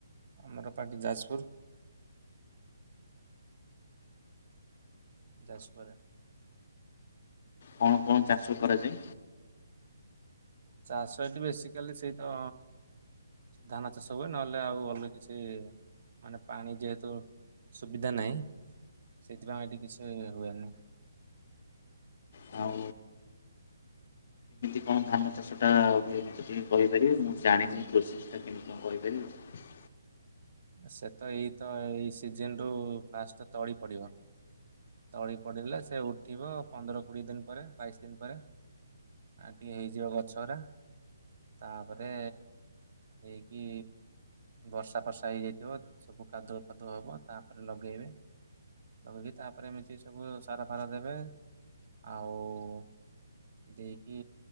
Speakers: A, on the right; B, on the left.
A: ଆମର ପାଟି ଯାଜପୁର। ଯାସ ପରେ।
B: କଣ, କଣ ଚାଷ କରାଯାଏ?
A: ଚାଷ ଏଠି ବେସିକାଲି ସେଇତ ଧାନ ଚାଷ ହୁଏ। ନହେଲେ ଆଉ' ଅନ୍ୟ କିଛି, ମାନେ ପାଣି ଯେହେତୁ ସୁବିଧା ନାହିଁ। ସେଥିପାଇଁ ଏଠି କିଛି ହୁଏନି।
B: ହ, କଣ ଧାନ ଚାଷ ଟା ହୁଏ, ମତେ ଟିକେ କହିପାରିବେ? ମୁଁ ଜାଣିନି ପ୍ରୋସେସ ଟା କେମିତି କଣ, କହିପାରିବେ?
A: ସେ ତ ଏଇ ତ ଏଇ ସିଜିନ ରୁ, ଫାଷ୍ଟ ତଳି ପଡିବ। ତଳି ପଡିିଲେ ସେ ଉଠିବ। ପନ୍ଦର, କୋଡିଏ ଦିନ ପରେ, ବାଇଶ ଦିନ ପରେ। ଆଉ ଟିକେ ହେଇଯିବ, ଗଛ ରା। ତାପରେ ହେଇକି ବର୍ଷା, ଫର୍ଷା ତା, ହେଇଯାଇଥିବ ସବୁ କାଦୁଅ, ଫାଦୁଅ ହବ ତାପରେ ଲଗେଇବେ। ଲଗେଇକି ତା ପରେ ଏମିତି ସବୁ, ସାର, ଫାର ଦେବେ। ଆଉ' ଦେଇକି